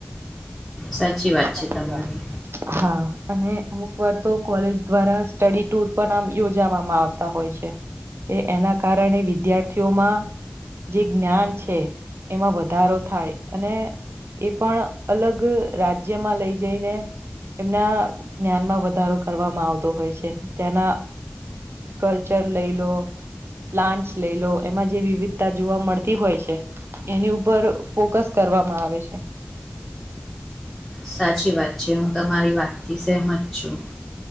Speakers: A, in the centre; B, on the right.
A: સાચી વાત
B: સાચી
A: છે, તમારી
B: વાત. હા અને અમુક વાર, તો કોલેજ દ્વારા સ્ટડી ટુર પણ આમ યોજાવામાં આવતા હોય છે, કે એના કારણે વિદ્યાર્થીઓમા જે જ્ઞાન છે, એમાં વધારો થાય અને એ પણ અલગ રાજ્યમાં લઈ જઈને એમના જ્ઞાનમા વધારો કરવામાં આવતો હોય છે. ત્યાંના કલ્ચર લઈ લો પ્લાન્ટસ લઈ, લો એમા જે વિવિધતા જોવા મળતી હોય છે. એની ઉપર ફોકસ કર કરવામાં આવે છે.
A: સાચી વાત છે, હું તમારી વાતથી સહમત છું